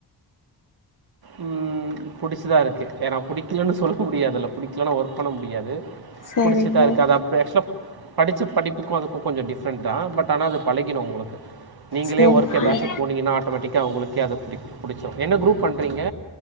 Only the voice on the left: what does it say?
சரி
சரி
சரி
சரி